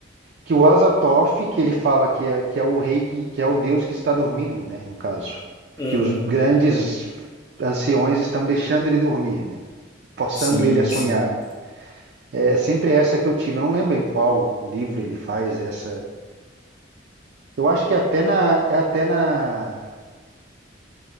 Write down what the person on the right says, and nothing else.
que o Azathoth, que ele fala que é, que é o rei, que, que é o deus que está dormindo, né? No caso.
Que os grandes anciões estão deixando ele dormir, né? Forçando
ele a sonhar.
É sempre essa que eu tive. Eu não lembro em qual livro ele faz essa. Eu acho que é até na, é até na,